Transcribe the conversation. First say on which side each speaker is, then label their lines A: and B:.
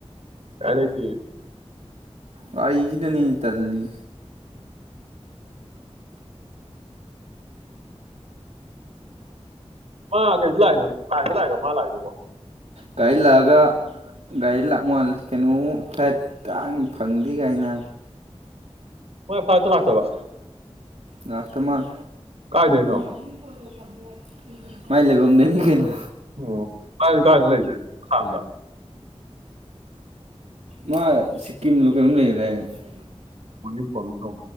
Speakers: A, on the right (about 65°); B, on the right (about 85°).
A: ꯀꯅꯤꯇ
B: ꯋꯥꯔꯤꯒꯥꯔꯤꯁꯤꯗꯅꯦ ꯇꯜꯂꯤ
A: ꯃꯥ ꯀꯩꯗ ꯂꯥꯛꯏꯅꯣ ꯂꯥꯏꯗ ꯂꯥꯛꯏꯦꯅꯣ ꯃꯥ ꯂꯥꯛꯏꯗꯨꯕꯣ
B: ꯒꯥꯔꯤ ꯂꯥꯛꯑꯒ ꯒꯥꯔꯤ ꯂꯥꯛ ꯃꯥꯜꯂꯦ ꯀꯩꯅꯣ ꯐ꯭ꯂꯥꯏꯠ ꯇꯥꯡ ꯐꯪꯗꯦ ꯀꯥꯏꯅ
A: ꯍꯣꯏ ꯐꯥꯏꯠꯇ ꯂꯥꯛꯇꯕ
B: ꯂꯥꯛꯇ ꯃꯥꯥꯟ
A: ꯀꯥꯏꯗꯩꯅꯣ
B: ꯉꯗꯤ ꯀꯣꯣ ꯃꯥꯏ ꯂꯩꯐꯝꯝꯗꯅꯤ ꯀꯩꯅꯣ
A: ꯑꯣ ꯀꯥꯏ ꯀꯥꯅꯂ ꯂꯩꯗꯦ ꯊꯥꯎꯗ
B: ꯃꯥ ꯁꯤꯀꯤꯝ ꯂꯣꯀꯦꯜ ꯑꯃ ꯂꯩꯗ ꯐ꯭ꯂꯦ
A: ꯀꯅꯤ ꯐ ꯇꯝ